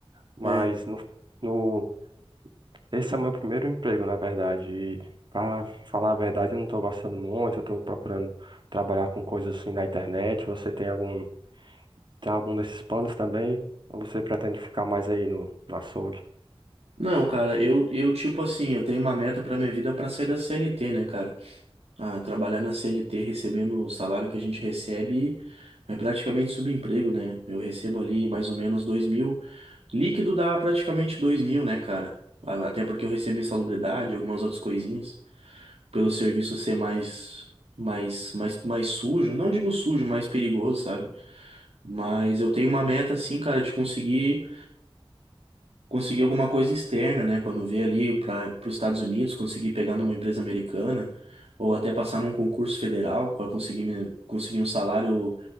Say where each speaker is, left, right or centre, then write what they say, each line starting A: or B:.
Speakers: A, on the right (about 50°); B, on the right (about 80°).
A: mas
B: É.
A: no, no, esse é o meu primeiro emprego, na verdade, e pra falar a verdade, eu não tô gostando muito, eu tô procurando trabalhar com coisas assim na internet, você tem algum Tem algum desses planos também? Ou você pretende ficar mais aí no, no açougue?
B: Não, cara, eu, eu tipo assim, eu tenho uma meta pra minha vida pra sair da CLT, né, cara? Ah, trabalhar na CLT recebendo o salário que a gente recebe é praticamente subemprego, né? Eu recebo ali mais ou menos dois mil. Líquido dá praticamente dois mil, né, cara? Ah, Até porque eu recebo insalubridade, algumas outras coisinhas. pelo serviço ser mais, mais, mais, mais sujo. Não digo sujo, mais perigoso, sabe? Mas eu tenho uma meta, assim, cara, de conseguir, conseguir alguma coisa externa, né? Quando vier ali para os Estados Unidos, conseguir pegar numa empresa americana. Ou até passar num concurso federal para conseguir, me- conseguir um salário,